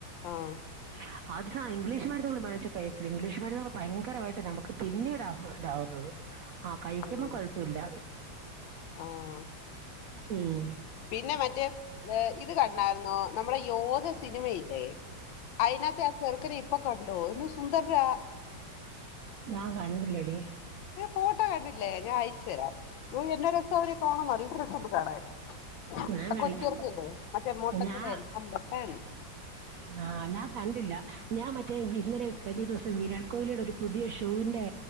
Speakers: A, on the left; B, on the right.
A: ആഹ്
B: <unintelligible> അത് സാ ഇംഗ്ലീഷുമരുന്നുകൾ മേടിച്ചു കഴിക്കരുത് ഇംഗ്ലീഷുമരുന്ന് ഭയങ്കരമായിട്ട് നമുക്ക് പിന്നീടാ പ്രശ്നം ആവുന്നത്. ആഹ്‌ കഴിക്കുമ്പോ
A: ആഹ്
B: കൊഴപ്പ ഇല്ല.
A: ആഹ്
B: ഉം.
A: പിന്നെ മറ്റേ ഇത് കണ്ടാരുന്നോ നമ്മുടെ യോദ സിനിമയില്ലേ അതിനാത്തെ ആ ചെറുക്കനെ ഇപ്പൊ കണ്ടോ എന്നാ സുന്ദരനാ
B: ഞാൻ കണ്ടില്ലടി
A: ഫോട്ടോ കണ്ടില്ലേ ഞാൻ അയച്ചു തരാം. എന്നാ രസാ അവനെ കാണാൻ നല്ല രസം ഉണ്ട്‌ കാണാൻ.
B: ഞാൻ
A: ആ
B: കണ്ടില്ല
A: കൊച്ചുചെറുക്കനില്ലേ മറ്റേ മുട്ടത്തലയൻ
B: ഞാ
A: അമ്പട്ടൻ
B: ആഹ്‌ ഞാൻ കണ്ടില്ല ഞാൻ. മറ്റേ ഇന്നലെ കഴിഞ്ഞ ദിവസം വിരാട് കോഹ്ലിയുടെ ഒരു പുതിയ ഷൂവിന്റെ